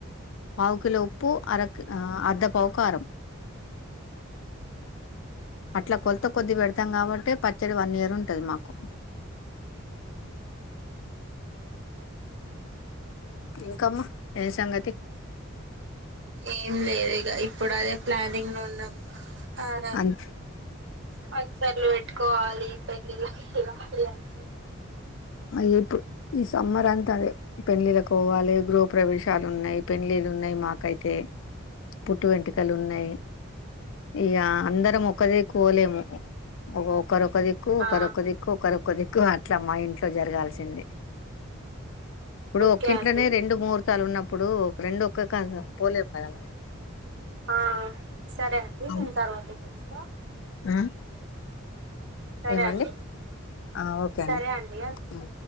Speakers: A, on the left; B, on the right.
A: పావు కిలో పో అరకు అద్ద పోకారం అట్లా కొలత కొద్ది పెడతాం కాబట్టి పచ్చడి వన్ ఇయర్ ఉంటది మాకు ఇంకామ్మా ఏం సంగతి
B: ఏం లేదు ఇక ఇప్పుడు అదే ప్లానింగ్ లో ఉన్నాం అదే
A: అన్
B: పచ్చడులు పెట్టుకోవాలి పెళ్ళిళ్ళు పెళ్ళాం పిల్లలు
A: అ ఇప్పుడు ఈ సమ్మర్ అంతా అదే పెళ్ళిళ్ళలకు పోవాలి గృహ ప్రవేశాలు ఉన్నాయి పెళ్ళిళ్ళ ఉన్నాయి మాకైతే పుట్టు వెంట లు ఉన్నాయి ఇక అందరం ఒకది కోలేము ఒకొ ఒకరు ఒక దిక్కు ఒకరకు
B: ఆ
A: దిక్కు ఒకరకు దిక కు అట్లా మా ఇంట్ జరగాల్సింది ఇప్పుడు
B: ఓకే
A: ఒకింట్లోనే
B: అండి
A: రెండు ముహూర్తాలు ఉన్నప్పుడు ఇప్పుడు రెండు ఒక్కే కా పోలేము కదా మనం
B: ఆ సరే అండి
A: అవును
B: నేను తర్వాత చేస్తాను ఆ
A: ఆ
B: సరే
A: ఏమండి
B: అండి
A: ఆ ఓకే
B: సరే
A: అండి
B: అండియా
A: ఉమ్